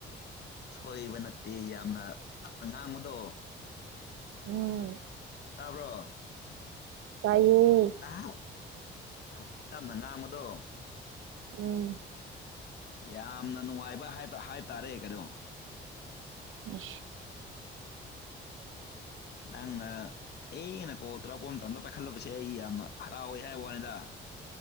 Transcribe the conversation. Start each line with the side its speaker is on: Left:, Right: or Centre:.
Left: ꯁꯣꯏꯕ ꯅꯠꯇꯦ ꯌꯥꯝꯅ ꯇꯞꯅ ꯉꯥꯡꯕꯗꯣ
Right: ꯎꯝ
Left: ꯇꯥꯕ꯭ꯔꯣ
Right: ꯇꯥꯏꯌꯦ
Left: ꯇꯞ ꯇꯞ ꯇꯞꯅ ꯉꯥꯡꯕꯗꯣ
Right: ꯎꯝ
Left: ꯌꯥꯝꯅ ꯅꯨꯡꯉꯥꯏꯕ ꯍꯥꯏꯕ ꯍꯥꯏꯕ ꯇꯥꯔꯦ ꯀꯩꯅꯣ
Right: ꯑ
Left: ꯅꯪꯅ ꯑꯩꯅꯀꯣ ꯇꯔꯥꯞꯄ ꯑꯃꯇ ꯑꯗ ꯄꯥꯏꯈꯠꯂꯕꯁꯦ ꯑꯩ ꯌꯥꯝꯅ ꯍꯔꯥꯎꯋꯦ ꯍꯥꯏꯕ ꯋꯥꯅꯤꯗ